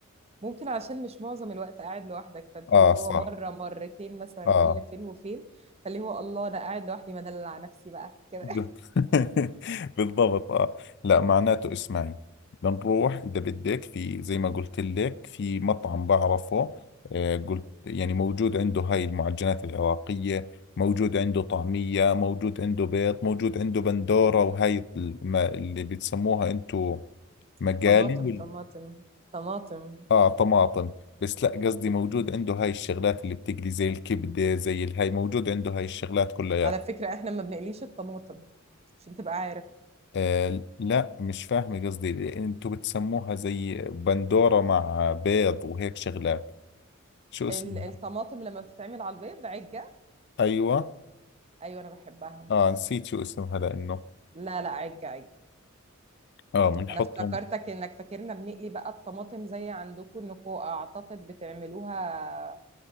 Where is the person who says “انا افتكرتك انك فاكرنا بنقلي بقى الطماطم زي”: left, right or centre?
Right